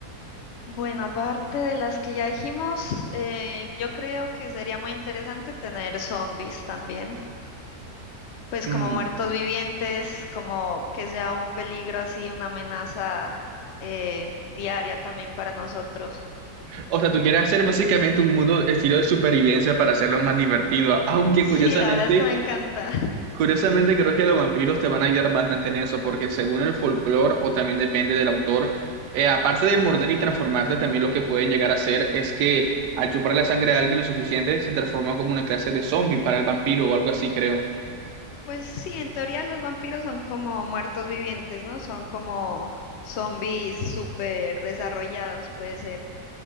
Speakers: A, on the left; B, on the right.
A: Bueno, aparte de las que ya dijimos, eh, yo creo que sería muy interesante tener zombies también, pues
B: Mm.
A: como muertos vivientes, como que sea un peligro así, una amenaza eh, diaria también para nosotros.
B: O sea, tú quieres hacer básicamente un mundo estilo de supervivencia para hacerlo más divertido, aunque
A: Sí,
B: curiosamente,
A: la verdad es que me encanta.
B: curiosamente creo que los vampiros te van a ayudar bastante en eso, porque según el folclore, o también depende del autor, eh, aparte de morder y transformarte, también lo que pueden llegar a hacer es que al chupar la sangre a alguien lo suficiente, se transforma como una clase de zombie para el vampiro o algo así, creo.
A: Pues sí, en teoría los vampiros son como muertos vivientes, ¿no? Son como zombies súper desarrollados, puede ser.